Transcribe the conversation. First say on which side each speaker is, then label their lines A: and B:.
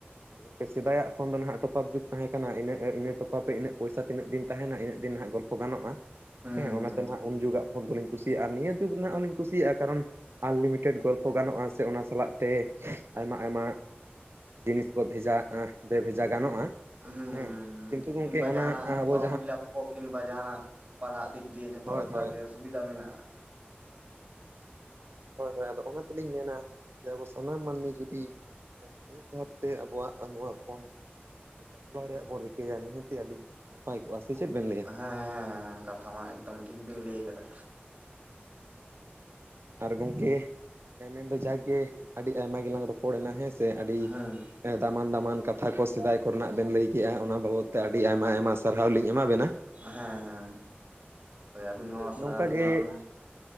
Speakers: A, on the right; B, on the right.
A: ᱟᱨ ᱜᱚᱢᱠᱮ ᱥᱮᱫᱟᱭᱟᱜ ᱯᱷᱳᱱ ᱫᱚ ᱱᱟᱦᱟᱜ ᱴᱚᱯᱟᱯ ᱡᱩᱜᱽ ᱛᱟᱦᱮᱸ ᱠᱟᱱᱟ ᱩᱱᱟᱹ ᱤᱱᱟᱹ ᱴᱚᱯ ᱨᱮᱱᱟᱹᱜ ᱯᱚᱭᱥᱟ ᱛᱤᱱᱟᱹᱜ ᱫᱤᱱ ᱛᱟᱦᱮᱱᱟ ᱤᱱᱟᱹᱜ ᱫᱤᱱ ᱱᱟᱦᱟᱜ ᱜᱚᱞᱯᱷᱚ ᱜᱟᱱᱚᱜᱼᱟ
B: ᱦᱩᱸ
A: ᱦᱮᱸ ᱚᱱᱟᱛᱮ
B: ᱦᱩᱸ
A: ᱱᱟᱦᱟᱜ ᱩᱱ ᱡᱩᱜᱟᱜᱼᱼ ᱯᱷᱚᱱ ᱫᱚᱞᱤᱧ ᱠᱩᱥᱤᱭᱟᱜᱼᱟ ᱟᱨ ᱱᱤᱭᱟᱹ ᱡᱩᱜᱽ ᱨᱮᱱᱟᱜ ᱦᱚᱞᱤᱧ ᱠᱩᱥᱤᱭᱟᱜᱼᱟ ᱠᱟᱨᱚᱱ ᱟᱱᱞᱤᱢᱤᱴᱮᱰ ᱜᱚᱞᱯᱷᱚ ᱜᱟᱱᱚᱜᱼᱟ ᱥᱮ ᱚᱱᱟ ᱥᱟᱞᱟᱜ ᱛᱮ ᱟᱭᱢᱟ ᱟᱭᱢᱟ ᱡᱤᱱᱤᱥ ᱠᱚ ᱵᱷᱮᱡᱟ ᱵᱮᱼ ᱵᱷᱮᱡᱟ ᱜᱟᱱᱚᱜᱼᱟ᱾
B: ᱦᱩᱸ ᱦᱩᱸ
A: ᱦᱮᱸ
B: ᱦᱩᱸ
A: ᱠᱤᱱᱛᱩ ᱜᱚᱝᱠᱮ
B: ᱠᱤᱝᱵᱟ
A: ᱚᱱᱟ
B: ᱡᱟᱦᱟᱱᱟᱜ
A: ᱟᱵᱚᱼᱼ
B: ᱯᱷᱚᱨᱚᱢ ᱯᱷᱤᱞᱟᱯ ᱠᱚ ᱠᱤᱱᱵᱟ ᱡᱟᱦᱱᱟᱜ ᱯᱟᱲᱦᱟᱜ ᱫᱤᱠ ᱫᱤᱭᱮ ᱡᱷᱚᱛᱚ
A: ᱦᱳᱭ
B: ᱞᱮᱠᱟᱜᱮ
A: ᱦᱳᱭ
B: ᱥᱩᱵᱤᱫᱷᱟ ᱢᱮᱱᱟᱜᱼᱟ᱾
A: ᱟᱫᱚ ᱦᱳᱭ ᱦᱳᱭ ᱟᱫᱚ ᱚᱱᱟ ᱛᱮᱞᱤᱧ ᱢᱮᱱᱟ ᱡᱮ ᱟᱵᱚ ᱥᱟᱱᱟᱢ ᱢᱟᱹᱱᱢᱤ ᱡᱩᱫᱤᱼᱼ ᱵᱮᱥ ᱵᱷᱟᱵᱛᱮ ᱟᱵᱚᱣᱟᱜ ᱱᱚᱣᱟ ᱯᱚᱱ ᱪᱟᱪᱞᱟᱣ ᱨᱮᱭᱟᱜ ᱵᱚᱱ ᱨᱤᱠᱟᱹᱭᱟ ᱱᱤᱦᱟᱹᱛᱤ ᱟᱹᱰᱤ ᱱᱟᱯᱟᱭ ᱠᱚᱜ-ᱟ ᱥᱮ ᱪᱮᱫ ᱵᱮᱱ ᱞᱟᱹᱭ
B: ᱦᱮᱸ ᱦᱮᱸ ᱦᱮᱸ ᱠᱟᱛᱷᱟ ᱢᱟ ᱮᱠᱫᱚᱢ ᱴᱷᱤᱠ ᱵᱤᱱ ᱞᱟᱹᱭ ᱠᱟᱫᱟ᱾
A: ᱟᱨ ᱜᱚᱝᱠᱮ ᱢᱮᱱᱫᱚ ᱡᱟᱠᱜᱮ ᱟᱹᱰᱤ ᱟᱭᱢᱟ ᱜᱮᱞᱟᱝ ᱨᱚᱯᱚᱲᱮᱱᱟ ᱦᱮᱸ ᱥᱮ ᱟᱹᱰᱤ
B: ᱦᱮᱸ
A: ᱮ ᱫᱟᱢᱟᱱ ᱫᱟᱢᱟᱱ ᱠᱟᱛᱷᱟ ᱠᱚ ᱥᱮᱫᱟᱭ ᱠᱚᱨᱮᱱᱟᱜ ᱵᱮᱱ ᱞᱟᱹᱭ ᱠᱮᱜ-ᱟ ᱚᱱᱟ ᱵᱟᱵᱚᱛ ᱛᱮ ᱟᱹᱰᱤ ᱟᱭᱢᱟ ᱟᱭᱢᱟ ᱥᱟᱨᱦᱟᱣ ᱞᱤᱧ ᱮᱢᱟᱵᱮᱱᱟ᱾
B: ᱦᱮᱸ ᱦᱮᱸ ᱟᱹᱵᱤᱱ ᱦᱚᱸ ᱥᱟᱨᱦᱟᱣ
A: ᱱᱚᱝᱠᱟ
B: ᱞᱤᱧ
A: ᱜᱮ
B: ᱮᱢᱟ ᱵᱮᱱᱟ᱾